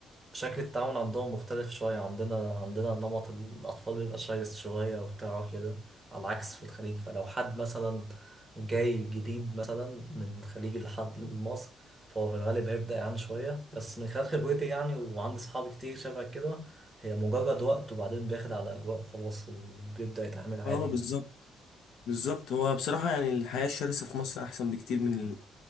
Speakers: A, on the right; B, on the left.
A: شكل التعامل عندهم مختلف شوية عندنا عندنا نمط الأطفال بيبقى شرس شوية وبتاع كده على العكس في الخليج فلو حد مثلا جاي جديد مثلا من الخليج لحد لمصر فهو في الغالب هيبدأ يعني شوية بس من خلال خبرتي يعني وعندي صحابي كتير شبه كده هي مجرد وقت وبعدين بياخد على أجواء وخلاص وبيبدأ يتعامل عادي
B: اه بالظبط
A: يعني
B: بالظبط هو بصراحه يعني الحياه الشرسه في مصر احسن بكتير من ال-